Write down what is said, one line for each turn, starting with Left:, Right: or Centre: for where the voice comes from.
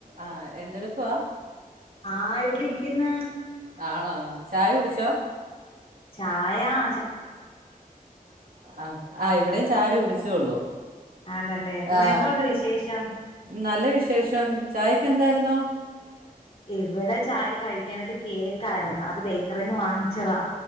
Right: ആഹ എന്തെടുക്കുവവാ
Left: ആഹ് ഇവിടെ ഇരിക്കുന്ന
Right: ആണോ ചായ കുടിച്ചോ
Left: ആായാ
Right: ആഹ് ആ ഇവിടെയും ചായ കുടിച്ചെ ഒള്ളൂ
Left: ആന്നല്ലേ പിന്നെ
Right: ആ
Left: എന്തോണ്ട് വിശേഷം
Right: നല്ല വിശേഷം ചായക്ക് എന്താ രുന്നോ
Left: എവിടെ ചായ കഴിക്കാനായിട്ട് കേ ക്കാരുന്നു അത് ബേക്കറിന്ന് വാങ്ങിച്ചതാ.